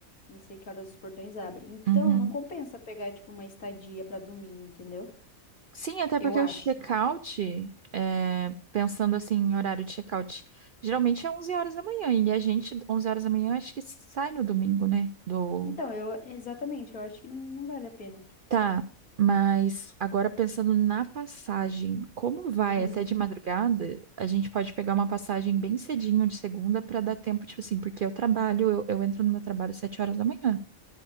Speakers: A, on the left; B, on the right.
A: Não sei que horas os portões abrem. Então,
B: Uhum.
A: não compensa pegar, tipo, uma estadia pra domingo, entendeu?
B: Sim, até
A: Eu
B: porque
A: acho.
B: o check-out,
A: na minha-
B: é, pensando assim em horário de check-out, geralmente é 11 horas da manhã, e a gente, 11 horas da manhã, acho que sai no domingo, né? Do...
A: Então, eu, exatamente, eu acho que não, não vale a pena.
B: Tá, mas agora pensando na passagem, como vai
A: Hum,
B: até de madrugada, a gente pode pegar uma passagem bem cedinho de segunda para dar tempo, tipo assim, porque eu trabalho, eu, eu entro no meu trabalho às 7 horas da manhã,